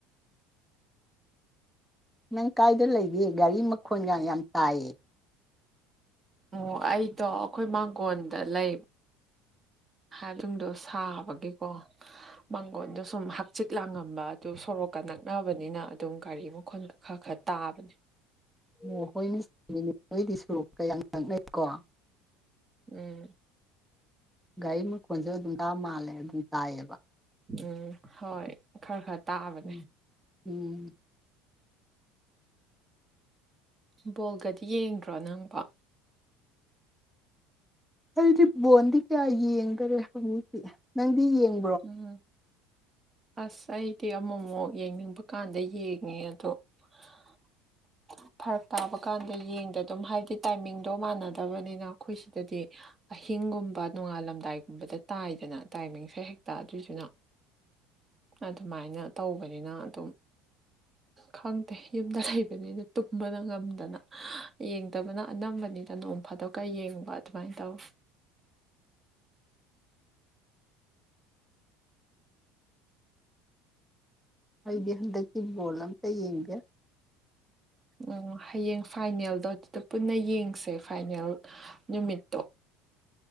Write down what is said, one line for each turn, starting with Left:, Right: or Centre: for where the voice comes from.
Centre: ꯅꯪ ꯀꯥꯏꯗ ꯂꯩꯒꯦ ꯒꯥꯔꯤ ꯃꯈꯣꯟꯒ ꯌꯥꯝ ꯇꯥꯏꯌꯦ
Right: ꯑꯣ ꯑꯩꯗꯣ ꯑꯈꯣꯏ ꯃꯥꯡꯒꯣꯟꯗ ꯂꯩ ꯍꯥꯏꯕꯗꯨꯨꯡꯗꯣ ꯁꯥꯕꯒꯤꯀꯣ ꯃꯥꯡꯒꯣꯟꯗꯣ ꯁꯨꯝ ꯍꯛꯆꯤꯠ ꯂꯥꯡꯉꯝꯕ ꯑꯗꯨ ꯁꯣꯔꯣꯛꯀ ꯅꯛꯅꯕꯅꯤꯅ ꯑꯗꯨꯝ ꯒꯥꯔꯤ ꯃ ꯈꯣꯟ ꯈꯔ ꯈꯔ ꯇꯥꯕꯅꯦ
Centre: ꯑꯣ ꯍꯣꯏꯅꯃꯤ ꯅꯣꯏꯗꯤ ꯁꯨꯔꯣꯛꯀꯥ ꯅꯛꯅꯩꯀꯣ
Right: ꯎꯝ
Centre: ꯒꯥꯔꯤ ꯃꯈꯣꯟꯁꯨ ꯑꯗꯨꯝ ꯇꯥ ꯃꯥꯜꯂꯦ ꯑꯗꯨꯝ ꯇꯥꯏꯌꯦꯕ
Right: ꯎꯝ ꯍꯣꯏ ꯈꯔ ꯈꯔ ꯇꯥꯕꯅꯦ
Centre: ꯎꯝ ꯎꯝ
Right: ꯕꯣꯜꯒꯗꯤ ꯌꯦꯡꯗ꯭ꯔꯣ ꯅꯪꯕꯣ
Centre: ꯑꯩꯗꯤ ꯕꯣꯟꯗꯤ ꯀꯌꯥ ꯌꯦꯡꯗꯔꯦ ꯍꯧꯖꯤꯛꯇꯤ ꯅꯪꯗꯤ ꯌꯦꯡ
Right: ꯎꯝ ꯑꯁ ꯑꯩꯗꯤ ꯑꯃꯃꯨꯛ ꯌꯦꯡꯅꯤꯡꯕ ꯀꯥꯟꯗ ꯌꯦꯡꯉꯦ ꯑꯗꯣ <inaudible> ꯐꯔꯛ ꯇꯥꯕ ꯀꯥꯟꯗ ꯌꯦꯡꯗ ꯑꯗꯨꯝ ꯍꯥꯏꯕꯗꯤ ꯇꯥꯏꯃꯤꯡꯗꯣ ꯃꯥꯟꯅꯗꯕꯅꯤꯅ ꯑꯈꯣꯏ ꯁꯤꯗꯗꯤ ꯑꯍꯤꯡꯒꯨꯝꯕ ꯅꯣꯡꯉꯥꯜꯂꯝꯗꯥꯏꯒꯨꯝꯕꯗ ꯇꯥꯏꯗꯅ ꯇꯥꯏꯃꯤꯡꯁꯦ ꯍꯦꯛꯇ ꯑꯗꯨꯏꯗꯨꯅ ꯑꯗꯨꯃꯥꯏꯅ ꯇꯧꯕꯅꯤꯅ ꯑꯗꯨꯝ ꯈꯪꯗꯦ ꯌꯨꯝꯗ ꯂꯩꯕꯅꯤꯅ ꯇꯨꯝꯕꯅ ꯉꯝꯗꯅ ꯌꯦꯡꯗꯕꯅ ꯑꯅꯝꯕꯅꯤꯅ ꯅꯣꯡ ꯐꯥꯗꯣꯛꯀ ꯌꯦꯡꯕ ꯑꯗꯨꯃꯥꯏ ꯇꯧ
Centre: ꯑꯩꯗꯤ ꯍꯟꯗꯛꯀꯤ ꯕꯣꯜ ꯑꯝꯇ ꯌꯦꯡꯗꯦ
Right: ꯎ ꯍꯌꯦꯡ ꯐꯥꯏꯅꯦꯜꯗꯣ ꯑꯗꯨꯗ ꯄꯨꯟꯅ ꯌꯦꯡꯁꯦ ꯐꯥꯏꯅꯦꯜ ꯅꯨꯃꯤꯠꯇꯣ